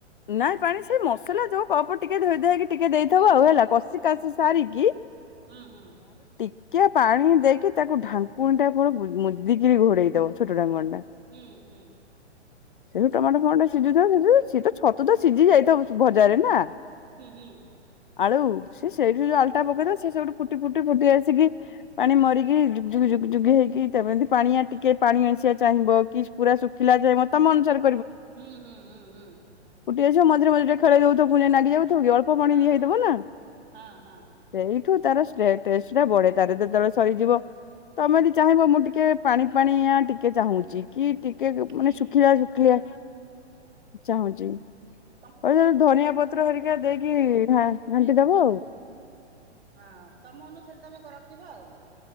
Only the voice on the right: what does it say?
ଓହୋ
ହୁଁ ହୁଁ।
ହୁଁ ହୁଁ।
ହୁଁ ହୁଁ।
ହୁଁ ହୁଁ ହୁଁ ହୁଁ।
ହଁ
ହଁ ହଁ।
ହୁଁ
ତମ ଅନ
ହଁ ତମ ଅନୁସାରେ ତମେ କ ରଖିବ ଆଉ।